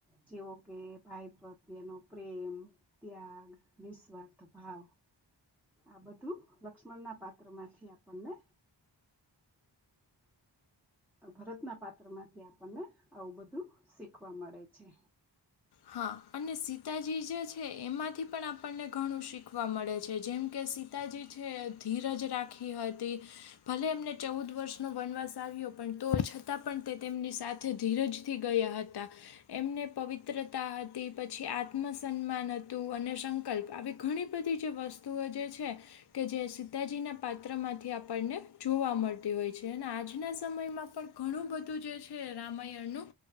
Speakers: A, in the centre; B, on the left (about 60°).
A: જેવો કે ભાઈ પ્રત્યનો પ્રેમ. ત્યાગ, નિસ્વાર્થ ભાવ, આ બધું લક્ષ્મણના પાત્રમાંથી આપણને ભરતના પાત્રમાંથી આપણને આવું બધું શીખવા મળે છે.
B: હા અને સીતાજી જે છે એમાંથી પણ આપણને ઘણું શીખવા મળે છે જેમ કે સી તા જે છે ધીરજ રાખી હતી, ભલે એમને ચૌદ વર્ષનો વનવાસ આવ્યો પણ તો છતાં પણ તે તેમની સાથે સાથે ધીરજથી ગયા હતા, એમને પવ્રિ -ત્રતા હતી પછી આત્મસન્માન હતુ, અને સંકલ્પ આવી ઘણી બધી જે વસ્તુ વસ્તુઓ જે છે. કે જે સીતાજીના પાત્રમાંથી આપણને જોવા મળતી હોય છે, અને આજના સમયમાં પણ ઘણું બધું જે છે રામાયણનું